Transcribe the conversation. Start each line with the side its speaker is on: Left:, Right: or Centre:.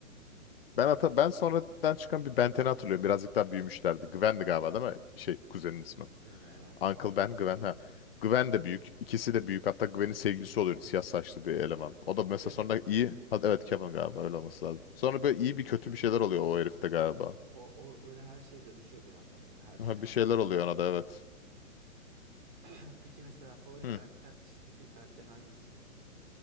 Left: Ben hata ben sonradan çıkan bir Benten'i hatırlıyorum. Birazcık daha büyümüşlerdi. Gwen'di galiba değil mi? Şey kuzenin ismi.
Right: Üzerine evet.
Left: Uncle Ben, Gwen ha. Gwen de büyük. İkisi de büyük. Hatta Gwen'in sevgilisi oluyordu. Siyah saçlı bir eleman. O da mesela
Right: Kevin.
Left: sonra iyi. Ha, evet Kevin galiba öyle olması lazım. Sonra böyle iyi bir kötü bir şeyler oluyor o herifte galiba.
Right: O, o böyle her şey dönüşüyor bir anda böyle. Her şey
Left: Ha,
Right: aynı
Left: bir şeyler
Right: ana
Left: oluyor
Right: dönüyor.
Left: ona da evet.
Right: <clears throat> Peki mesela favori
Left: Hı.
Right: karakter, çizgi film karakterin hangisi?